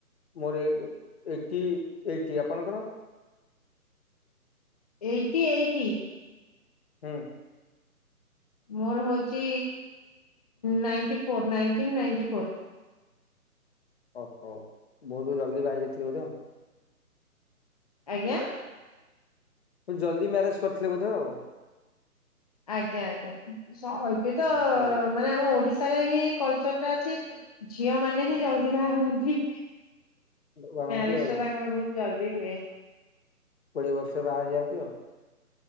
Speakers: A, on the left; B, on the left.
A: ମୋର ଐଈ ଏ ଏଟି ଆପଣଙ୍କର?
B: ଏଇଟି ଏଇଟି।
A: ହୁଁ।
B: ମୋର ହଉଛି ନାଇନ୍ଟି ନାଇନ୍ଟିନ୍ ନାଇନ୍ଟି ଫୋର୍।
A: ଓହୋ ବହୁତ ଜଲ୍ଦି ବାହାରି ଯାଇଥିଲି ବୋଧ ଆ।
B: ଆଜ୍ଞା?
A: ଜଲ୍ଦି ମ୍ୟାରେଜ୍ କରିଥିଲେ ବୋଧେ ଆଉ?
B: ଆଜ୍ଞା ଆଜ୍ଞା ଏବେ ତ
A: ହୁଁ। ଆଉ
B: ମାନେ ଆମ ଓଡିଶା ହିଁ ଏଇ କଲଚର୍ ଟା ଅଛି ଝିଅ ମାନେ ହିଁ ଜଲଦି ବା ହନ୍ତି
A: ବାହା
B: ମ୍ୟାରେଜ୍
A: ହୁଅନ୍ତି ଆଉ
B: ଟା ତାଙ୍କର ବହୁତ୍ ଜଲଦି ହୁଏ।
A: କୋଡିଏ ବର୍ଷ ବାହାହେଇ ଯାଆନ୍ତି ଆଉ।